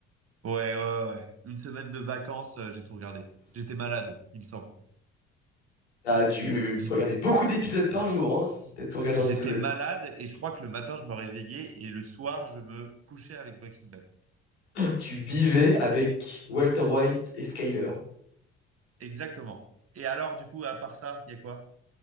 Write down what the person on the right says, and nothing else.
Ouais, ouais, ouais. Une semaine de vacances, euh, j'ai tout regardé. J'étais malade, il me semble.
J'étais,
j'étais
malade et je crois que le matin, je me réveillais et le soir, je me couchais avec Breaking Bad.
Exactement. Et alors, du coup, à part ça, il y a quoi?